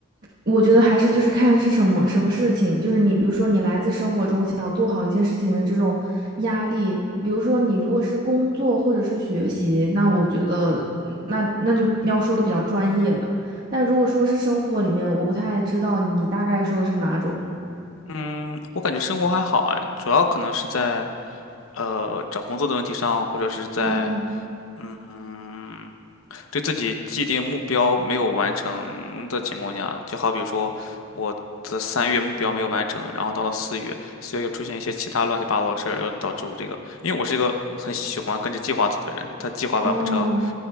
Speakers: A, on the right; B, on the left.
A: 我觉得还是就是看是什么什么事情，就是你比如说你来自生活中想做好一件事情的这种压力，比如说你如果是工作或者是学习，那我觉得嗯那那就要说的比较专业了。但如果说是生活里面，我不太知道你大概说的是哪种。
B: 嗯，我感觉生活还好哎，主要可能是在呃找工作的问题上，或者是在
A: 哦
B: 嗯对自己既定目标没有完成的情况下，就好比说我的三月目标没有完成，然后到了四月，四月又出现一些其他乱七八糟的事儿，又导致我这个，因为我是一个很喜欢跟着计划走的人，他计划完不成，
A: 哦，